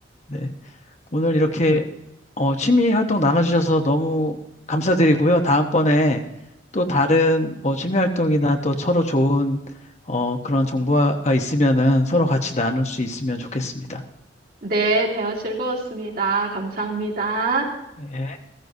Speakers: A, on the left; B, on the right.
A: 네. 오늘 이렇게 어, 취미 활동 나눠주셔서 너무 감사드리고요. 다음번에 또 다른 뭐 취미 활동이나 또 서로 좋은 어, 그런 정보가 있으면은 서로 같이 나눌 수 있으면 좋겠습니다.
B: 네, 대화 즐거웠습니다. 감사합니다.
A: 예.